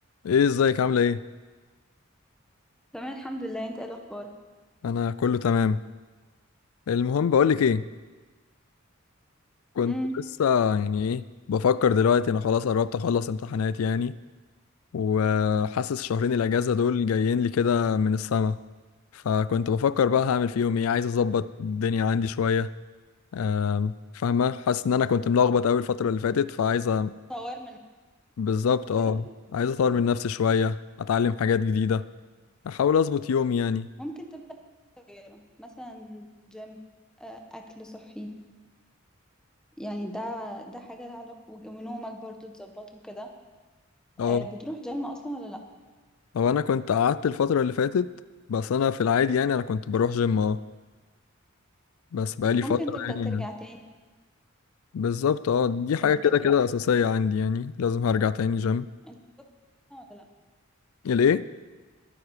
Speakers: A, on the left; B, in the centre.
A: ايه ازيك عامله ايه
B: تمام الحمد لله انت ايه الاخبار
A: انا كله تمام المهم بقولك ايه كنت
B: امم
A: لسه يعني ايه بفكر دلوقتي انا خلاص قربت اخلص امتحانات يعني وحاسس شهرين الاجازه دول جايين لي كده من السما فكنت بفكر بقى هعمل فيهم ايه عايز اظبط الدنيا عندي شويه أم، فاهمه حاسس ان انا كنت ملخبط قوي الفتره اللي فاتت فعايز أ-
B: طور من
A: بالظبط
B: نفسك وكده
A: اه عايز اطور من نفسي شويه اتعلم حاجات جديده احاول اظبط يومي يعني
B: ممكن تبدا غيره مثلا جيم آه، اكل صحي يعني ده ده حاجه لها علاقه وج- ونومك برضو تظبطه وكده
A: اه
B: آه، بتروح جيم اصلا ولا لا
A: هو انا كنت قعدت الفتره اللي فاتت بس انا في العادي يعني انا كنت بروح جيم اه بس بقالي فتره
B: ممكن تبدا
A: يعني
B: ترجع تاني
A: بالظبط اه دي حاجه
B: بتقرا
A: كده كده اساسيه عندي يعني لازم هرجع تاني جيم
B: انت بتقرا ولا لا
A: ليه